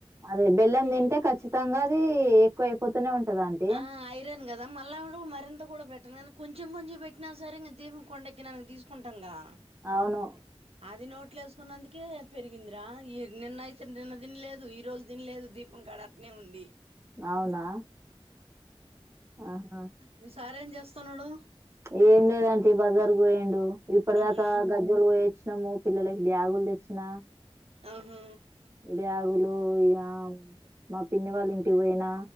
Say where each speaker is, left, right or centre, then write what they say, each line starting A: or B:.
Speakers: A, on the right; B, on the right.
A: అదే బెల్లం తింటే ఖచ్చితంగా అది ఎక్కువ అయిపోతూనే ఉంటదా అంటీ
B: ఆ ఐరన్ కదా మళ్ళా మటుకు మరింత కూడా పెట్టను కానీ కొంచెం కొంచెం పెట్టినా సరె ఇంకా దీపం కొండ ఎక్కినాక తీసుకుంటాం కదా
A: అవును
B: అది నోట్లో వేసుకున్నందుకే పెరిగిందిరా ఈ నిన్న అయితే నిన్న తినిలేదు ఈ రోజు తినిలేదు దీపం కాడ అట్లనే ఉంది
A: అవునా ఆహా
B: మీ సారెం చేస్తున్నడు.
A: ఏం లేదాంటీ బజార్కు పోయిండు ఇప్పటి
B: ఉమ్
A: దాకా గజ్జోలు పోయి వచ్చినాము పిల్లలకి బ్యాగులు తెచ్చినా
B: అ హా
A: బ్యాగులు ఇగ మా పిన్ని వాళ్ళ ఇంటికి పోయినా